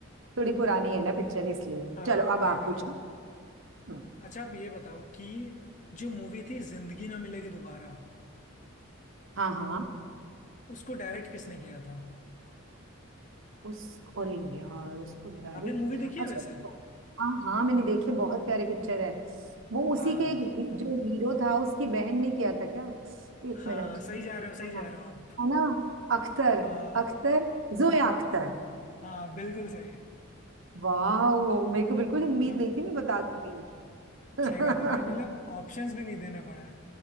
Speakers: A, on the right; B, on the left.
A: थोड़ी पुरानी है ना पिक्चर इसलिए
B: हाँ
A: चलो अब
B: वही
A: आप
B: वही
A: पूछिए
B: है
A: हम्म,
B: अच्छा आप ये बताओ कि जो मूवी थी जिंदगी ना मिलेगी दोबारा
A: हाँ हाँ
B: उसको डायरेक्ट किसने किया था
A: उस अरे यार उसको डायरेक्ट
B: आपने मूवी देखी है
A: अच्छा
B: वैसे
A: तो- हाँ हाँ मैंने देखी बहुत प्यारी पिक्चर है वो उसी
B: हाँ
A: के एक ही, जो हीरो था उसकी बहन ने किया था क्या एक
B: हाँ
A: मिनट
B: सही जा रहे हो सही
A: हाँ
B: जा रहे हो आप
A: है ना अख्तर
B: हाँ
A: अख्तर जोया अख्तर
B: हाँ बिल्कुल सही
A: वाह मेरे को बिल्कुल उम्मीद
B: हम्म,
A: नहीं थी मैं बता दूंगी <laughs>
B: सही बात है भाई मतलब ऑप्शंस भी नहीं देने पड़े